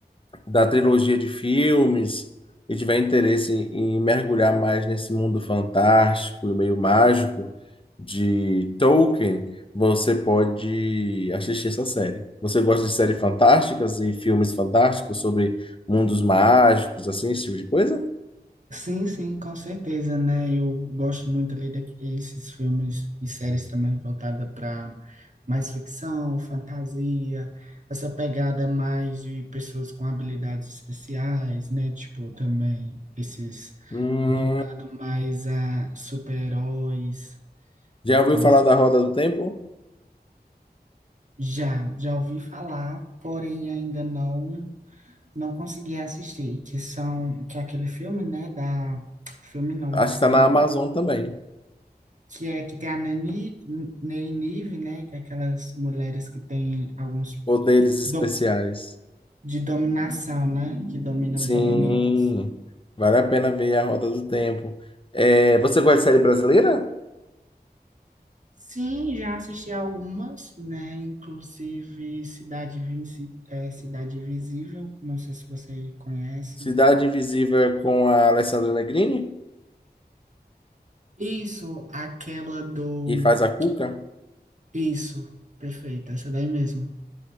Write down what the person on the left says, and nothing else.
da trilogia de filmes e tiver interesse em mergulhar mais nesse mundo fantástico e meio mágico de Tolkien, você pode assistir essa série. Você gosta de séries fantásticas e filmes fantásticos sobre mundos mágicos, assim, esse tipo de coisa?
Hum,
já
ouviu falar
da Roda do Tempo?
Acho
que está na Amazon também.
Poderes especiais.
Sim,
vale a pena ver a Roda do Tempo. É, você gosta de série brasileira?
Cidade Invisível é com a Alessandra Negrini,
que faz a Cuca.